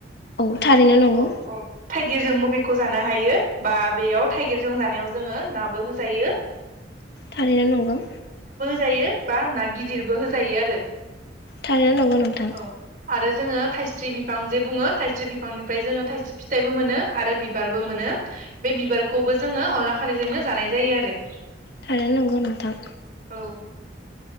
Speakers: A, on the left; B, on the right.
A: औ थारैनो नंगौ
B: औ औ थाइगिर जोंबो बेखौ खौ जानो हायो बा बेयाव थाइगिरजों जानायाव जोङो नाबो होजायो।
A: थारैनो नंगौ।
B: जायो बा ना गिदिरबो होजायो आरो।
A: थारैनो नंगौ नोंथां।
B: औ आरो जोङो थाइस्रि बिफां जे बुङो थाइस्रि बिफांनिफ्राय जोङो थाइस्रि फिथाइबो मोनो, आरो बिबारबो मोनो बे बिबारखौबो जोङो अनला खारैजोंनो जानाय जायो आरो।
A: थारैनो नंगौ नोंथां।
B: औ